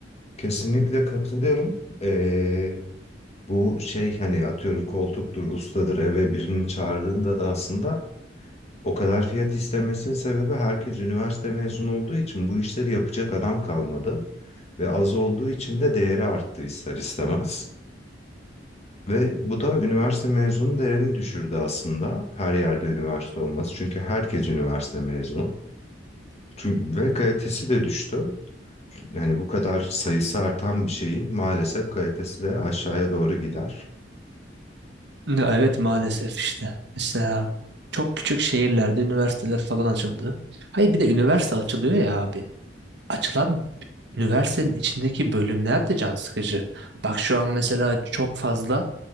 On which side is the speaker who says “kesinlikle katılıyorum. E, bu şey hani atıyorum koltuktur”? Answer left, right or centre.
Left